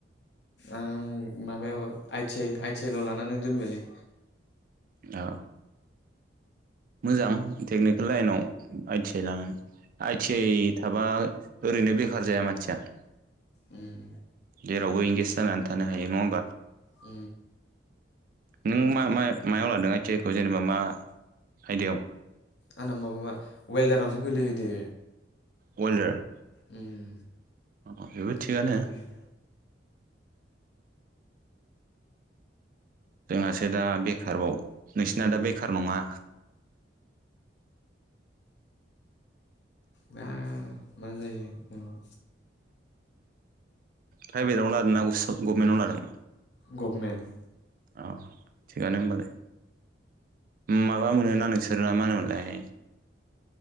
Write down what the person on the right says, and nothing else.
औ मोजां टेकनिकेल लाइनाव आइ टि आइ लानानै आइ टि आइ थाबा ओरैनो बेखार जाया मानसिया
जेरावबो एंगेच जानानै थानो हायो नङा होमबा।
नों मा मा मायाव लादों आइ टि आइ खौ जेनेबा मा आयदायाव?
अवेलदार।
अ बेबो थिगानो।
जोंहासो दा बेखारबाव नोंसिना दा बेखार नङा।
प्राइभेटावनो लादों ना गभमेन्टावनो लादोंमोन?
औ थिगानो होमबालाय। माबा मोनोना नोंसोर ना मा होनोमोनलाय